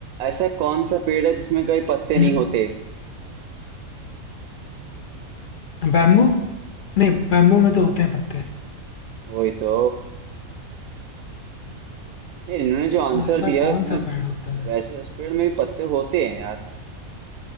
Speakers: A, on the right; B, on the left.
A: ऐसा कौन सा पेड़ है जिसमें कभी पत्ते नहीं
B: हम्म
A: होते
B: बैम्बू नहीं बैम्बू में तो होते हैं पत्ते
A: वही तो नहीं इन्होंने जो आंसर
B: ऐसा
A: दिया है
B: कौन
A: उसमें
B: सा पेड़ होता है
A: वैसे उस पेड़ में भी पत्ते होते हैं यार